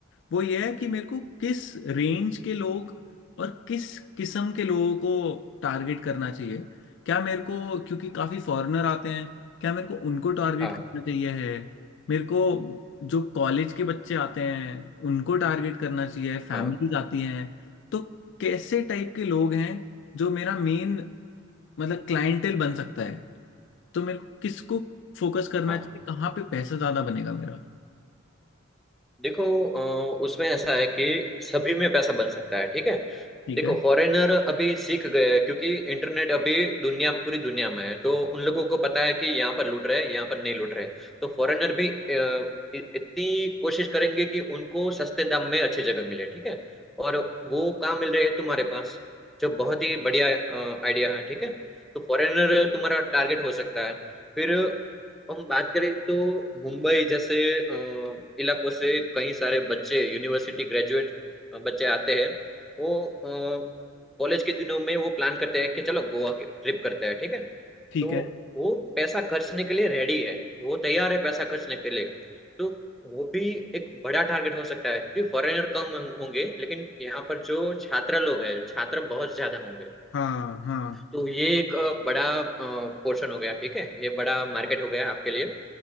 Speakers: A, on the left (about 65°); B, in the centre.
A: वो ये है कि मेरे को किस रेंज के लोग और किस किस्म के लोगों को टारगेट करना चाहिए क्या मेरे को क्योंकि काफ़ी फॉरेनर आते हैं क्या मेरे को उनको टारगेट
B: हाँ
A: करना चाहिए है मेरे को जो कॉलेज के बच्चे आते हैं उनको टारगेट करना चाहिए फैमिलीज
B: हाँ
A: आती हैं तो कैसे टाइप के लोग हैं जो मेरा मेन मतलब क्लाइंटेल बन सकता है तो मेरे को किसको फोकस करना
B: हाँ
A: चाहिए कहाँ पे पैसा ज़्यादा बनेगा मेरा
B: देखो अ, उसमें ऐसा है कि सभी में पैसा बन सकता है ठीक है
A: ठीक
B: देखो
A: है
B: फॉरेनर अभी सीख गए हैं क्योंकि इंटरनेट अभी दुनिया पूरी दुनिया में है तो उन लोगों को पता है कि यहाँ पर लूट रहे हैं यहाँ पर नहीं लूट रहे हैं। तो फॉरेनर भी अ, इ- इतनी कोशिश करेंगे कि उनको सस्ते दाम में अच्छी जगह मिले ठीक है और वो कहाँ मिल रहे हैं तुम्हारे पास जो बहुत ही बढ़िया आइडिया है ठीक है तो फॉरेनर तुम्हारा टारगेट हो सकता है फिर हम बात करें तो मुंबई जैसे अ, इलाकों से कई सारे बच्चे यूनिवर्सिटी ग्रेजुएट बच्चे आते हैं वो कॉलेज के दिनों में वो प्लान करते हैं कि चलो गोवा के ट्रिप करते हैं ठीक है
A: ठीक
B: तो
A: है
B: वो पैसा खर्चने के लिए रेडी है वो तैयार है पैसा खर्चने के लिए तो वो भी एक बड़ा टारगेट हो सकता है क्योंकि फॉरेनर कम होंगे लेकिन यहाँ पर जो छात्र लोग हैं छात्र बहुत ज्यादा होंगे
A: हाँ हाँ
B: तो ये एक अ, बड़ा पोर्शन हो गया ठीक है ये बड़ा मार्केट हो गया आपके लिए